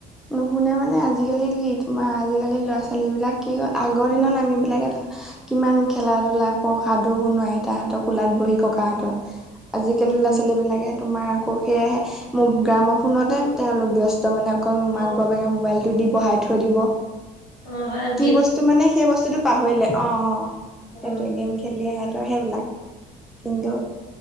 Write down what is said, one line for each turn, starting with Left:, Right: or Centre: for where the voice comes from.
Centre: নুশুনে মানে আজিকালি কি তোমাৰ আজিকালি ল'ৰা ছোৱালীবিলাক কি ক' আগৰ দিনত আমিবিলাক এটা কিমান খেলা ধূলা কৰো সাধু শুনো আইতাহঁতৰ কোলাত বহি ককাহঁতৰ। আজিকালি
Left: উম
Centre: ল'ৰা ছোৱালী বিলাকে তোমাৰ আকৌ সেয়াহে মোৰ গ্ৰামৰ ফোনতে তেওঁলোক ব্যস্ত মানে। অকল
Left: অ
Centre: মাক বাপেকে মোবাইলটো দি বহাই থৈ দিব।
Left: অঁ মই অকলে
Centre: কি বস্তু মানে সেই বস্তুতটো পাহৰিলে অঁ অঁ সেইটোৱে
Left: অ
Centre: গেম খেলি আহেতো সেইবিলাক
Left: উম
Centre: ইংডো